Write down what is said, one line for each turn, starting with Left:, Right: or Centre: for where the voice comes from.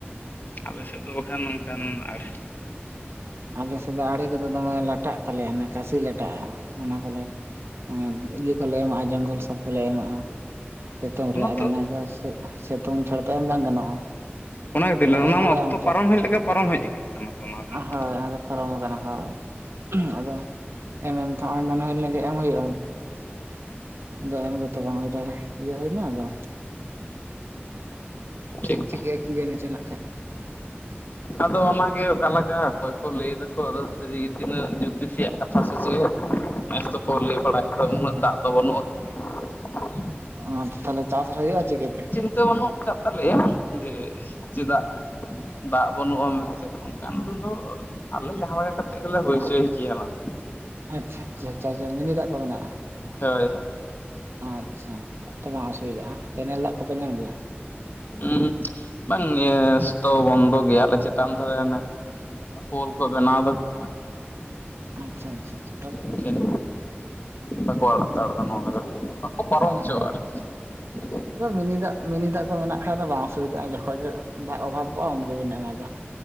Left: ᱟᱞᱮ ᱥᱮᱫ ᱫᱚ ᱵᱟᱠᱷᱟᱱ ᱱᱚᱝᱠᱟᱱ ᱟᱲᱮ
Right: ᱟᱞᱮ ᱥᱮᱫ ᱫᱚ ᱟᱲᱮ ᱠᱚᱫᱚ ᱫᱚᱢᱮ ᱞᱟᱴᱟᱜ ᱛᱟᱞᱮᱭᱟ ᱱᱮᱠᱟ ᱥᱤ ᱞᱟᱴᱟᱜᱼᱟ᱾ ᱚᱱᱟ ᱠᱚᱞᱮ ᱟᱨ ᱤᱭᱟᱹ ᱠᱚᱞᱮ ᱮᱢᱟᱜᱼᱟ ᱡᱚᱝᱜᱚᱞ ᱥᱟᱯ ᱠᱚᱞᱮ ᱮᱢᱟᱜᱼᱟ, ᱥᱤᱛᱩᱝ ᱨᱮ
Left: ᱚᱱᱟ
Right: ᱟᱫᱚ
Left: ᱛᱚ
Right: ᱱᱮᱥ ᱫᱚ ᱥᱤᱛᱩᱝ ᱪᱷᱟᱲ ᱛᱟᱭᱚᱢ ᱵᱟᱝ ᱜᱟᱱᱚᱜᱼᱟ᱾
Left: ᱚᱱᱟ ᱜᱮᱛᱚ
Right: ᱛᱟᱦᱚᱞᱮ
Left: <unintelligible>
Right: ᱮᱢ
Left: ᱚᱱᱟ
Right: ᱦᱚᱸ
Left: ᱢᱟ
Right: ᱵᱟᱭ
Left: ᱚᱠᱛᱚ
Right: ᱮᱢ ᱦᱚᱪᱚᱜ
Left: ᱯᱟᱨᱚᱢ ᱦᱮᱡ ᱞᱮᱠᱟ ᱯᱟᱨᱚᱢ ᱦᱮᱡ ᱠᱟᱱᱟ᱾ ᱛᱚ ᱚᱱᱟ ᱨᱮᱱᱟᱜ
Right: ᱦᱳᱭ
Left: ᱫᱚ
Right: ᱚᱱᱟᱫᱚ ᱯᱟᱨᱚᱢ ᱠᱟᱱᱟ ᱦᱳᱭ᱾ ᱟᱫᱚ ᱮᱢ ᱮᱢ ᱛᱮᱦᱚᱸ ᱱᱚᱜᱼᱚᱭ ᱢᱚᱱᱮ ᱦᱩᱭ ᱞᱮᱱᱟ ᱡᱮ ᱮᱢ ᱦᱩᱭᱩᱜᱼᱟ᱾ ᱟᱫᱚ ᱮᱢ ᱜᱮᱛᱚ ᱵᱟᱝ ᱦᱩᱭ ᱫᱟᱲᱮᱭᱟᱜᱼᱟ, ᱤᱭᱟᱹ ᱦᱩᱭᱱᱟ ᱟᱫᱚ᱾
Left: ᱴᱷᱤᱠ,
Right: ᱪᱮᱫ ᱪᱤᱠᱟᱹᱜᱼᱟ ᱠᱤ ᱡᱟᱹᱱᱤ ᱪᱚ ᱱᱟᱜ ᱠᱷᱟᱡ
Left: ᱟᱫᱚ ᱚᱱᱟᱜᱮ ᱚᱠᱟ ᱞᱟᱜᱟᱜᱼᱟ ᱚᱠᱚᱭ ᱠᱚ ᱞᱟᱹᱭ ᱫᱟᱠᱚ ᱟᱫᱚ ᱥᱟᱹᱨᱤᱜᱮ ᱛᱤᱱᱟᱹᱜ ᱡᱳᱛᱤᱥᱤᱭ ᱨᱮᱭᱟᱜ ᱠᱟᱛᱷᱟ ᱥᱮ ᱪᱮᱫ, ᱱᱮᱥ ᱫᱚᱠᱚ ᱞᱟᱹᱭ ᱵᱟᱲᱟᱭᱮᱫ ᱠᱚ ᱩᱱᱟᱹᱜ ᱫᱟᱜ ᱫᱚ ᱵᱟᱹᱱᱩᱜᱼᱟ᱾ <inaudible>
Right: ᱚ ᱛᱟᱦᱚᱞᱮ ᱪᱟᱥ ᱦᱩᱭᱩᱜᱼᱟ ᱪᱤᱠᱟᱹᱛᱮ?
Left: ᱛᱚ ᱵᱟᱹᱱᱩᱜ ᱟᱠᱟᱫ ᱛᱟᱞᱮᱭᱟ ᱡᱮ ᱪᱮᱫᱟᱜ ᱫᱟᱜ ᱵᱟᱹᱱᱩᱜᱼᱟ ᱢᱮᱱᱛᱮ ᱦᱚᱸ ᱠᱷᱟᱱ ᱫᱚ ᱟᱞᱮ ᱡᱟᱦᱟᱸ ᱞᱮᱠᱟ ᱠᱟᱛᱮᱜ ᱜᱮᱞᱮ ᱦᱩᱭ ᱦᱚᱪᱚᱭ ᱜᱮᱭᱟᱱᱟᱜ᱾
Right: ᱟᱪᱪᱷᱟ ᱟᱪᱷᱟ, ᱢᱤᱱᱤ ᱫᱟᱜ ᱠᱚ ᱢᱮᱱᱟᱜᱼᱟ?
Left: ᱦᱳᱭ,
Right: ᱟᱪᱪᱷᱟ ᱛᱚ ᱵᱟᱝ ᱚᱥᱩᱵᱤᱫᱟᱜᱼᱟ ᱾ ᱠᱮᱱᱮᱞ ᱫᱟᱜ ᱠᱚᱯᱮ ᱧᱟᱢ ᱜᱮᱭᱟ?
Left: ᱩᱸ ᱵᱟᱝ ᱱᱮᱥ ᱫᱚ ᱵᱚᱱᱫᱚ ᱜᱮᱭᱟᱞᱮ ᱪᱮᱛᱟᱱ ᱫᱷᱟᱨᱮ ᱚᱱᱮ ᱯᱳᱞ ᱠᱚ ᱵᱮᱱᱟᱣ ᱫᱟᱠᱚ᱾
Right: ᱟᱪᱪᱷᱟ ᱟᱪᱷᱟᱷᱟ ᱾
Left: ᱮᱠᱷᱟᱱ ᱵᱟᱠᱚ ᱟᱲᱟᱜᱼᱫᱟ ᱱᱚᱣᱟ ᱵᱟᱠᱚ ᱯᱟᱨᱚᱢ ᱦᱚᱪᱚᱼᱟ
Right: ᱦᱩᱸ
Left: ᱟᱨᱠᱤ᱾ <inaudible>
Right: ᱟᱫᱚ ᱢᱤᱱᱤ ᱫᱟᱜ ᱢᱤᱱᱤ ᱫᱟᱜ ᱠᱚ ᱢᱮᱱᱟᱜ ᱠᱷᱟ ᱫᱚ ᱵᱟᱝ ᱥᱩᱵᱤᱫᱟᱜᱼᱟ, ᱡᱚᱠᱷᱚᱪ ᱜᱮ ᱫᱟᱜ ᱚᱵᱷᱟᱵᱚᱜᱼᱟ ᱩᱱᱜᱮᱵᱤᱱ ᱮᱢᱟᱫᱟ᱾